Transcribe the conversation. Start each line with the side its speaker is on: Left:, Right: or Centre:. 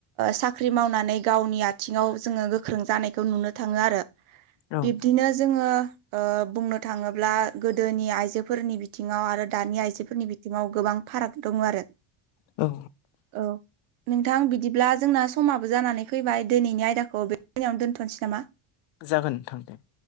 Right: साख्रि मावनानै गावनि आथिङाव जोङो गोख्रों जानायखौ नुनो थाङो आरो
Left: औ
Right: बिदिनो
Left: औ
Right: जोङो बुंनो थाङोब्ला गोदोनि आइजोफोरनि बिथिङाव आरो दानि आइजोफोरनि बिथ थिंआव गोबां फाराग दङ' आरो
Left: औ
Right: औ नोंथां बिदिब्ला जोंना समाबो जानानै फैबाय दिनैनि आयदाखौ बे दिनो दोनथ'नोसै नामा <inaudible>
Left: जागोन नोंथां दे